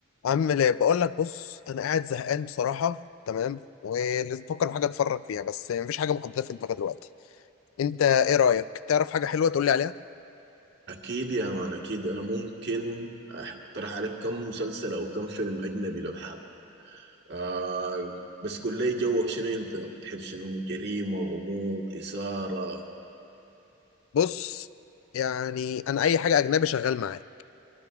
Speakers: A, on the left (about 75°); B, on the right (about 55°).
A: عامل ايه بقول لك بص انا قاعد زهقان بصراحه تمام ولازم بفكر في حاجه اتفرج فيها بس مفيش حاجه محدده في دماغي دلوقتي انت ايه رايك تعرف حاجه حلوه تقول لي عليها
B: أكيد يا مان أكيد أنا ممكن أقترح عليك كم مسلسل أو كم فيلم أجنبي لو حابب آه بس قول لي جوك شنو أنت بتحب شنو جريمة غموض إثارة
A: بص يعني انا اي حاجه اجنبي شغال معايا